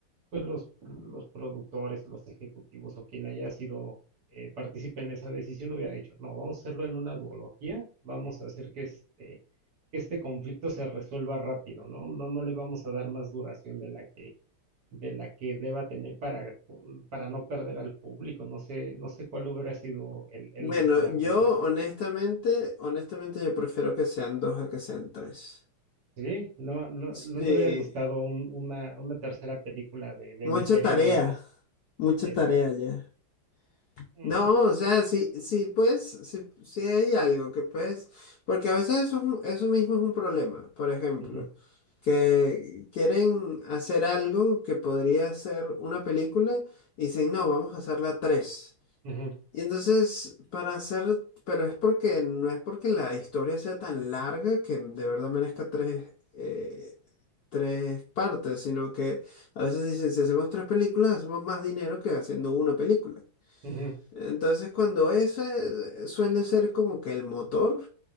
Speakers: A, on the right; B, on the left.
A: pues los, los productores, los ejecutivos o quien haya sido eh, partícipe en esa decisión hubiera dicho, no, vamos a hacerlo en una duología, vamos a hacer que este, que este conflicto se resuelva rápido, ¿no? No, no le vamos a dar más duración de la que de la que deba tener para, mm, para no perder al público. No sé, no sé cuál hubiera sido el, el
B: Bueno,
A: razonamiento.
B: yo honestamente, honestamente yo prefiero que sean dos a que sean tres.
A: Sí, no, no,
B: Sí.
A: no te hubiera gustado un- una, una tercera película de, de
B: Mucha
A: miseria
B: tarea,
A: nada más.
B: mucha
A: Es
B: tarea
A: que.
B: ya. No,
A: Ujú,
B: o sea, sí, sí, pues, sí, sí hay algo que puedes, porque a veces eso, es un- eso mismo es un problema, por ejemplo,
A: ujú,
B: que quieren hacer algo que podría ser una película y dicen, no, vamos a hacerla tres.
A: ujú,
B: Y entonces, para hacer, pero es porque no es porque la historia sea tan larga que de verdad merezca tres, eh, tres partes, sino que a veces dicen, si hacemos tres películas, hacemos más dinero que haciendo una película.
A: ujú.
B: Entonces, cuando eso eh, suele ser como que el motor